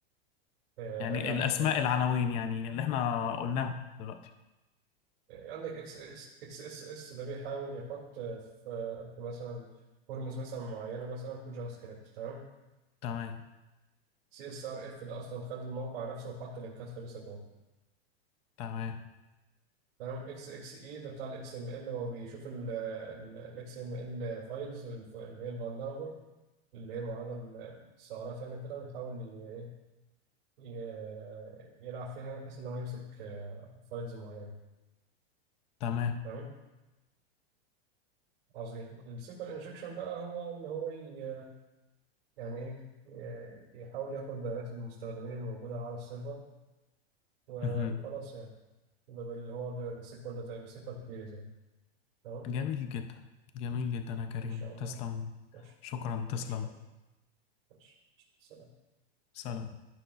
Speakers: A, on the right (about 65°); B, on the left (about 20°).
A: آه،
B: يعني
A: راجع على
B: الأسماء
A: ايه بالظبط
B: العناوين يعني اللي احنا قلناهم دلوقتي
A: إيه، عندك اكس اكس اكس اس اس ده بيحاول يحط آه، في في مثلا فورمز مثلا معينه مثلا كود جافا سكريبت تمام
B: تمام
A: سي اس ار اف ده اصلا خد الموقع نفسه وحط لينكات خبيثه جوه
B: تمام
A: تمام اكس اكس اي ده بتاع الاكس ام ال هو بيشوف الاكس ام ال فايلز اللي هي الفولنربل اللي هي معرضة للثغرات يعني كده ويحاول ي- إيه، ي- يلعب فيها يعني بحيث ان هو يمسك فايلز معينة
B: تمام
A: تمام عظيم السيكوال انجكشن بقى هو ان هو ي- يعني ايه ي- يحاول ياخد بيانات المستخدمين الموجودة على السيرفر و-
B: مهم.
A: وخلاص يعني ب- اللي هو ب- بسيكوال داتا بسيكوال كيريز يعني تمام
B: جميل جدا جميل جدا يا كريم
A: ان شاء الله
B: تسلم
A: ماشي
B: شكرا تسلم
A: ماشي ماشي سلام
B: سلام